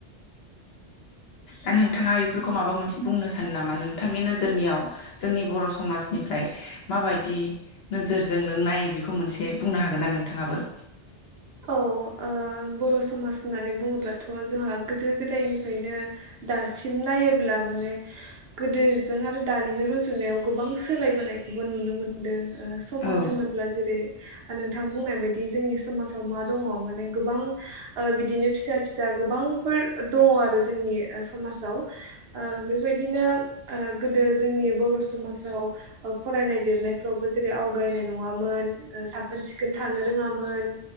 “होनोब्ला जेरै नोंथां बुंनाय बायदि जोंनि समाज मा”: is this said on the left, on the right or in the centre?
Right